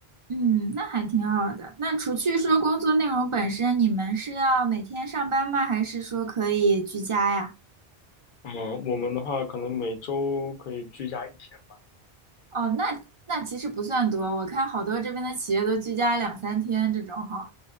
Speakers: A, on the right; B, on the left.
A: 嗯，那还挺好的。那除去说工作内容本身，你们是要每天上班吗？还是说可以居家呀？
B: 嗯，我们的话可能每周可以居家一天吧。
A: 哦，那那其实不算多。我看好多这边的企业都居家两三天这种哈。